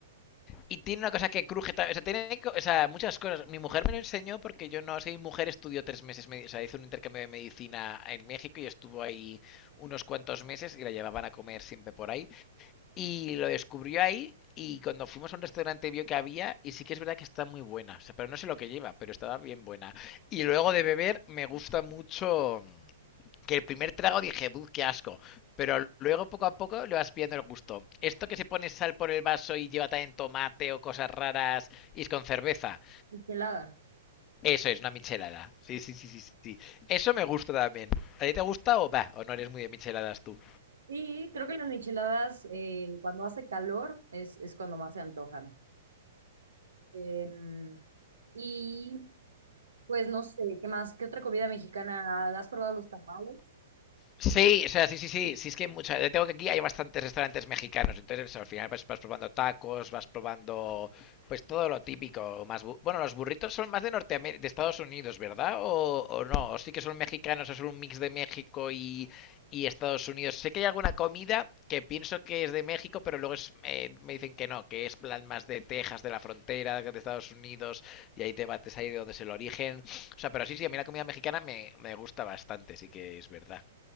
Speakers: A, on the left; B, on the right.
A: Y tiene una cosa que cruje O sea, tiene o sea, muchas cosas. Mi mujer me lo enseñó porque yo no sé. Mi mujer estudió tres meses. medi- O sea, hizo un intercambio de medicina en México y estuvo ahí unos cuantos meses y la llevaban a comer siempre por ahí. Y lo descubrió ahí y cuando fuimos a un restaurante vio que había y sí que es verdad que está muy buena. O sea, pero no sé lo que lleva, pero estaba bien buena. Y luego de beber me gusta mucho que el primer trago dije, "Buh, qué asco." Pero luego poco a poco le vas pillando el gusto. Esto que se pone sal por el vaso y lleva también tomate o cosas raras y es con cerveza.
B: michelada.
A: Eso es una michelada. Sí, sí, sí, sí, sí. Eso me gusta también. ¿A ti te gusta o va? ¿O no eres muy de micheladas tú?
B: Sí, creo que las micheladas eh, cuando hace calor es, es cuando más se antojan. Em, y pues no sé, ¿qué más? ¿Qué otra comida mexicana? ¿Has probado los tamales?
A: Sí, o sea, sí, sí, sí, sí, es que hay mucha, yo tengo que aquí hay bastantes restaurantes mexicanos, entonces al final vas, vas probando tacos, vas probando pues todo lo típico, más bu- bueno, los burritos son más de Norteamérica, de Estados Unidos, ¿verdad? O, o no, o sí que son mexicanos, o son un mix de México y, y Estados Unidos. Sé que hay alguna comida que pienso que es de México, pero luego es, eh, me dicen que no, que es plan más de Texas, de la frontera, de Estados Unidos, y hay debates ahí de dónde es el origen. O sea, pero sí, sí, a mí la comida mexicana me, me gusta bastante, sí que es verdad.